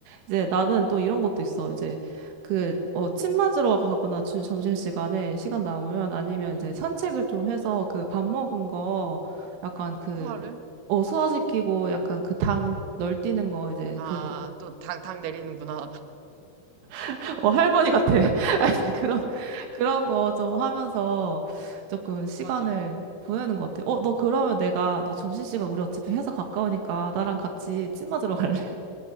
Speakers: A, on the right (about 85°); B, on the right (about 60°).
A: 이제 나는 또 이런 것도 있어. 이제 그, 어, 침 맞으러 가거나 주, 점심시간에 시간 남으면 아니면
B: 응,
A: 이제 산책을 좀 해서 그 밥 먹은 거 약간 그,
B: 소화를?
A: 어, 소화시키고 약간 그 당 널뛰는 거 이제
B: 아,
A: 그,
B: 또 당, 당 내리는구나. <laughs>
A: <laughs> 어, 할머니 같아. <laughs> 그런, 그런 거 좀 하면서 조금 시간을
B: 맞아.
A: 보내는 것 같아. 어, 너 그러면 내가, 너 점심시간 우리 어차피 회사 가까우니까 나랑 같이 침 맞으러 갈래?